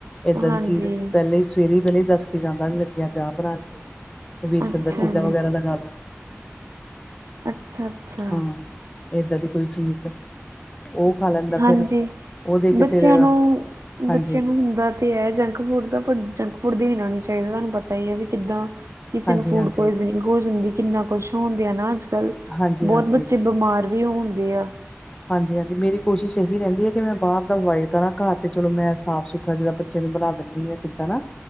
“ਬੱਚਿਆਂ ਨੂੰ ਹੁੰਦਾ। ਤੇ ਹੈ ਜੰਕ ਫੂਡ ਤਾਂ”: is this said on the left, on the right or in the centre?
Right